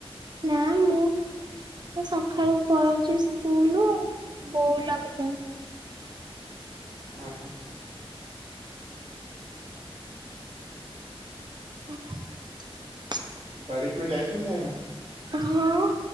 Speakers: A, on the right (about 45°); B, on the right (about 75°).
A: ନା ମୁଁ ନ ମୁଁ ତ ସକାଳୁ ପଢଉଛି ସ୍କୁଲ ବୋଉ ଲଗେଇଚନ୍ତି।
B: ହ ହୋ
A: <inaudible>
B: ବାଡିକୁ କେବେ ଯାଇଚ ନା ଯାଇନ?
A: ହଁଁ